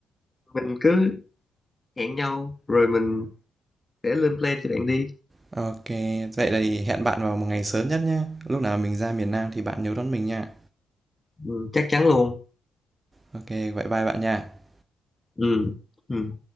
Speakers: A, on the left; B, on the right.
A: mình cứ hẹn nhau rồi mình sẽ lên plan cho bạn đi
B: Ok, vậy thì hẹn bạn vào một ngày sớm nhất nhá. Lúc nào mình ra miền Nam thì bạn nhớ đón mình nha.
A: Ừm, chắc chắn luôn
B: Ok, vậy bye bạn nha.
A: Ừm, ừm.